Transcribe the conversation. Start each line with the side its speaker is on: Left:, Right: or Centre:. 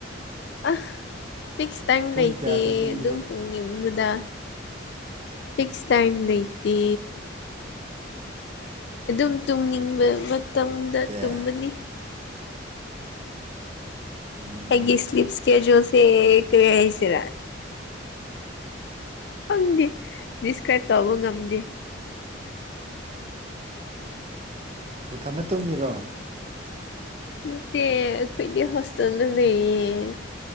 Left: ꯑ ꯐꯤꯛꯁ ꯇꯥꯏꯝ
Right: ꯄꯨꯡ
Left: ꯂꯩꯇꯦ
Right: ꯀꯌꯥꯗ ꯇꯨꯝꯕ꯭ꯔꯣ
Left: ꯑꯗꯨꯝ ꯇꯨꯡꯒꯤꯕꯗ ꯐꯤꯛꯁ ꯇꯥꯏꯝ ꯂꯩꯇꯦ ꯑꯗꯨꯝ ꯇꯨꯝꯅꯤꯡꯕ ꯃꯇꯝꯗ
Right: ꯑꯦ
Left: ꯇꯨꯝꯕꯅꯤ
Right: ꯎꯝ
Left: ꯍꯥꯏꯒꯤ ꯁꯂꯤꯞꯁ ꯀꯌꯥꯖꯣꯁꯦ ꯀꯔꯤ ꯍꯥꯏꯁꯤꯔ ꯈꯪꯗꯦ ꯗꯤꯁꯀ꯭ꯔꯥꯏꯞ ꯇꯧꯕ ꯉꯝꯗꯦ
Right: ꯃꯊꯟ ꯗ ꯇꯨꯝꯃꯤꯔꯣ
Left: ꯅꯠꯇꯦ ꯑꯩꯈꯣꯏꯗꯤ ꯍꯣꯁꯇꯦꯜꯗ ꯂꯩꯌꯦ